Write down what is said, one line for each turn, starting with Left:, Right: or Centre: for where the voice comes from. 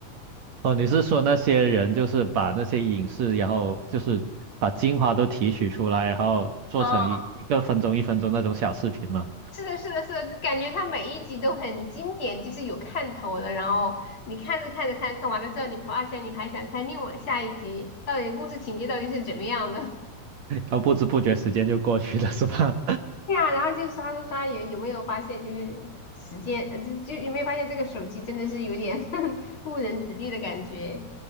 Right: 哦，你是说那些人就是把那些影视，然后就是把精华都提取出来，然后做成一一个分钟、
Left: <laughs> 嗯，
Right: 一分钟那种小视频嘛，
Left: 是的，是的，是的，就感觉它每一集都很经典，就是有看头的。然后你看着看着看，看完了之后，你发现你还想看另外下一集，到底故事情节到底是怎么样的？
Right: <laughs> 然后不知不觉时间就过去了，<laughs> 是吧？
Left: 对呀，然后就刷刷刷，有有没有发现就是时间，呃，就就有没有发现这个手机真的是有点 <laughs> 误人子弟的感觉